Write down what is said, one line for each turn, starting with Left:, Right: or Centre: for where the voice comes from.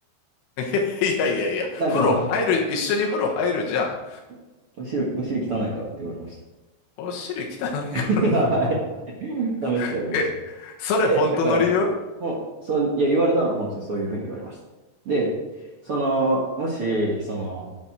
Left: <laughs> いやいやいや、
Right: なんかその、
Left: 風呂入る、一緒に風呂入るじゃん。
Right: <laughs> お尻、お尻汚いからって言われました。
Left: お尻汚いから。
Right: <laughs> はい。ダメって言われました。
Left: <laughs> え、それ本当の理由
Right: で、だから、ほん、そう、いや、言われたのは本当にそういうふうに言われました。で、その、もし、その、